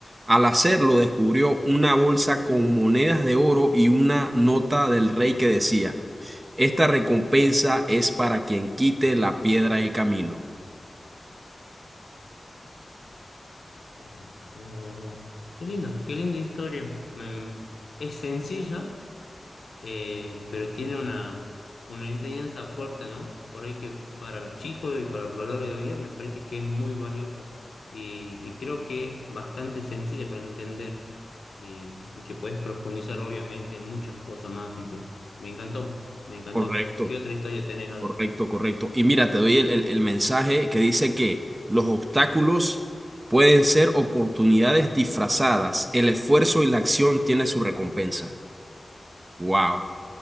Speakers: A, on the right; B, on the left.
A: Al hacerlo, descubrió una bolsa con monedas de oro y una nota del rey que decía, Esta recompensa es para quien quite la piedra del camino.
B: Ah, wow, wow, wow. Qué linda, qué linda historia. Me- es sencilla, eh, pero tiene una, una enseñanza fuerte, ¿no? Por ahí que p- para los chicos y para los valores de hoy día me parece que es muy valiosa y, y creo que es bastante sencilla para entender y, y que puedes profundizar obviamente en muchas cosas más, así que me encantó, me encantó.
A: Correcto,
B: ¿Qué otra historia tenés? Al-
A: correcto, correcto. Y mira, te doy el, el- el mensaje que dice que los obstáculos pueden ser oportunidades disfrazadas. El esfuerzo y la acción tienen su recompensa. Wow.